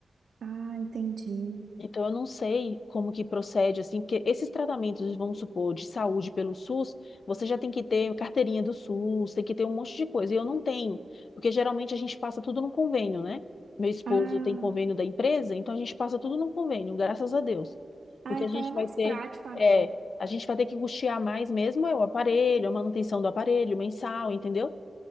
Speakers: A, on the right; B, on the left.
A: Ah, entendi.
B: Então, eu não sei como que procede, assim, porque esses tratamentos, vamos supor, de saúde pelo SUS, você já tem que ter carteirinha do SUS, tem que ter um monte de coisa. E eu não tenho, porque geralmente a gente passa tudo num convênio, né? Meu esposo
A: Ah,
B: tem convênio da empresa, então a gente passa tudo num convênio, graças a Deus.
A: ah,
B: O que
A: então
B: a gente
A: é mais
B: vai ter
A: prático, amiga.
B: é, a gente vai ter que custear mais mesmo é o aparelho, a manutenção do aparelho, mensal, entendeu?